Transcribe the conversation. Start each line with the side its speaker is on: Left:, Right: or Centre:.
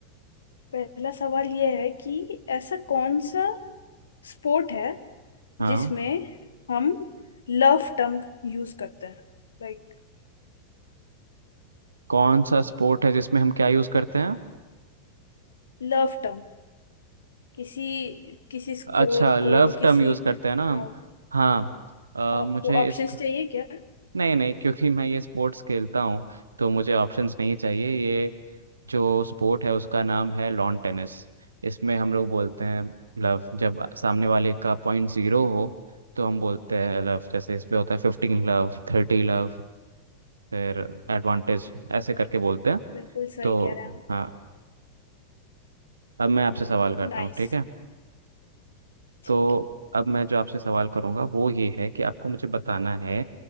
Left: पहला सवाल ये है कि ऐसा कौन सा स्पोर्ट है
Right: हाँ
Left: जिसमें हम लव टर्म यूज करते हैं लाइक
Right: कौन सा स्पोर्ट है जिसमें हम क्या यूज़ करते हैं
Left: लव टर्म किसी किसी स्कोर
Right: अच्छा लव
Left: को किसी
Right: टर्म यूज़ करते हैं ना हम
Left: हाँ
Right: हाँ
Left: हाँ।
Right: अ,
Left: आपको
Right: मुझे
Left: ऑप्शंस
Right: इस
Left: चाहिए क्या
Right: नहीं नहीं क्योंकि मैं ये स्पोर्ट्स खेलता हूँ तो मुझे ऑप्शंस नहीं चाहिए ये जो स्पोर्ट है उसका नाम है लॉन टेनिस इसमें हम लोग बोलते हैं लव जब सामने वाले का पॉइंट जीरो हो तो हम बोलते हैं लव जैसे इसमें होता है फिफ्टीन लव थर्टी लव फिर एडवांटेज ऐसे करके बोलते हैं
Left: बिल्कुल सही
Right: तो
Left: कह रहे
Right: हाँ अब मैं आपसे
Left: हैं
Right: सवाल करता
Left: नाइस
Right: हूँ ठीक है
Left: ठीक
Right: तो
Left: है
Right: अब मैं जो आपसे सवाल करूँगा वो ये है कि आपको मुझे बताना है